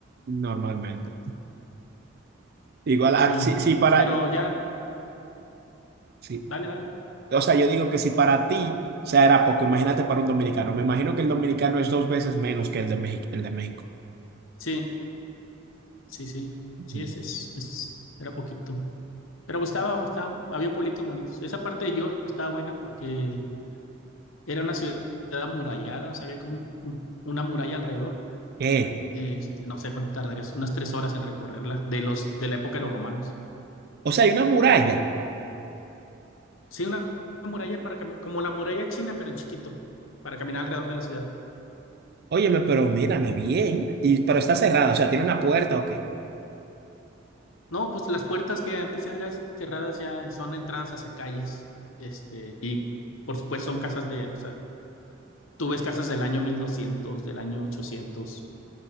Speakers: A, on the right; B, on the left.
A: Normalmente. Igual,
B: Sí,
A: ah, sí, sí, para,
B: pero ya,
A: sí.
B: dale, dale.
A: O sea, yo digo que si para ti, o sea, era poco, imagínate para un dominicano. Me imagino que el dominicano es dos veces menos que el de México, el de México.
B: Sí, sí, sí,
A: Ujú.
B: sí, es, es, es- era poquito. Pero pues estaba, estaba- había pueblitos bonitos. Esa parte de York estaba buena porque era una ciudad amurallada, o sea, había como un- un- una muralla alrededor.
A: ¿Qué?
B: Este, no sé cuánto tardarías, unas tres horas en recorrerla, de los, de la época de los romanos.
A: O sea, hay una muralla.
B: Sí, una muralla para cami- como la muralla china, pero en chiquito, para caminar alrededor de la ciudad.
A: Óyeme, pero mírame bien. Y, pero está cerrada, o sea, ¿tiene una puerta o qué?
B: No, pues las puertas que antes eran cerradas ya son entradas hacia calles, este, y por supuesto son casas de, o sea, tú ves casas del año 1200 del año 800